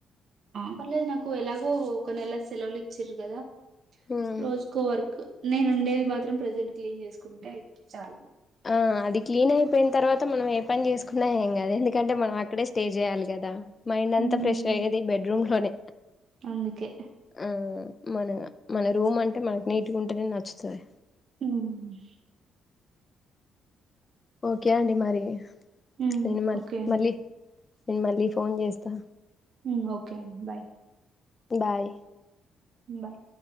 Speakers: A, on the right (about 55°); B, on the left (about 30°).
A: ఆ పర్లేదు నాకు ఎలాగో ఒక నెల సెలవులు ఇచ్చిర్రు కదా
B: హ్మ్.
A: రోజుకో వర్క్ నేను ఉండేది మాత్రం ప్రజెంట్ క్లీన్ చేసుకుంటే చాలు
B: ఆ అది క్లీన్ అయిపోయిన తర్వాత మనం ఏ పని చేసుకున్నా ఏం గాదు ఎందుకంటే మనం అక్కడే స్టే చేయాలి గదా మైండ్ అంత
A: ఉమ్,
B: ఫ్రెష్ అయ్యేది బెడ్రూమ్ లోనే
A: అందుకే
B: ఆ మన మన రూమ్ అంటే మనకి నీటిగుంటేనే నచ్చుతది
A: హ్మ్
B: ఓకే అండి మరి
A: హ్మ్.
B: నేను మళ్
A: ఓకే అండి.
B: మళ్ళీ నేను మళ్ళీ ఫోన్ చేస్తా
A: హ్మ్ ఓకే అండి బాయ్
B: బాయ్
A: హ్మ్ బాయ్